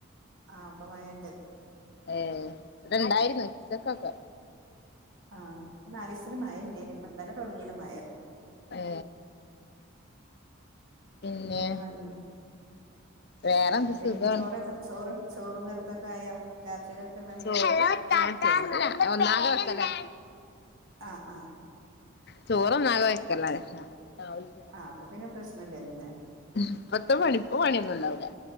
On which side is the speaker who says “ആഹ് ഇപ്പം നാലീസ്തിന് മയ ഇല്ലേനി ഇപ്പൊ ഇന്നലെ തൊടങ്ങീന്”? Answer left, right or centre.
Right